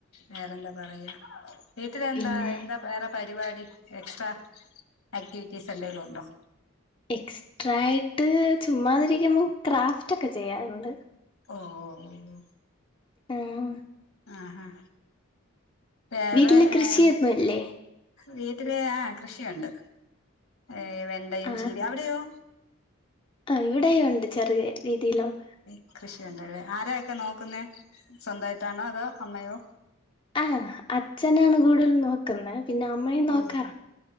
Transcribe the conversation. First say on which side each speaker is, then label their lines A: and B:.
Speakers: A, on the left; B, on the left.
A: വേറെന്താ പറയാ വീട്ടിലെന്താ
B: പിന്നെ
A: എന്താ വേറെ പരിപാടി എക്ട്രാ ആക്ടിവിറ്റീസെന്തേലും ഒണ്ടോ
B: എക്സ്ട്രാ ആയിട്ട് ചുമ്മാതിരിക്കുമ്പം ക്രാഫ്റ്റൊക്ക ചെയ്യാറുണ്ട്
A: ഓ ഓ ഓ
B: ആഹ്
A: ആഹ് ആഹ് വേറെ
B: വീട്ടില് കൃഷിയൊന്നുല്ലേ
A: എന്ത് വീട്ടില് ആഹ് കൃഷിയൊണ്ട് ഏഹ് വെണ്ടയും
B: ആഹ്
A: ചീരയും അവിടെയോ?
B: ആഹ് ഇവിടേയും ഒണ്ട് ചെറിയേ രീതിയിലോന്ന്
A: ഏഹ് കൃഷിയൊണ്ടല്ലേ ആരാ അതൊക്കെ നോക്കുന്നെ സ്വന്തയിട്ടാണോ അതോ അമ്മയോ
B: അഹ് അച്ഛനാണ് കൂടുതലും നോക്കുന്നെ പിന്നെ അമ്മയും
A: ഓ
B: നോക്കാ